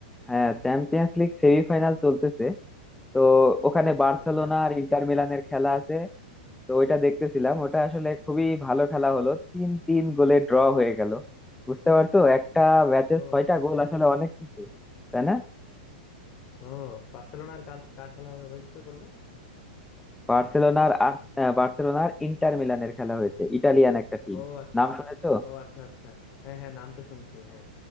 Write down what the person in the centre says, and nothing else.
হ্যাঁ চ্যাম্পিয়ন্স লিগ সেমিফাইনাল চলতেছে তো ওখানে বার্সেলোনা
আর ইন্টার মিলানের খেলা আছে তো ওইটা দেখতেছিলাম ওটা আসলে খুবই ভালো খেলা হলো তিন তিন গোলে ড্র হয়ে গেল বুঝতে পারছো একটা ম্যাচে
ছয়টা
গোল
আসলে অনেক কিছু তাই না
বার্সেলোনার আর আহ, বার্সেলোনার ইন্টার মিলানের খেলা হয়েছে ইটালিয়ান একটা টিম
নাম শুনেছো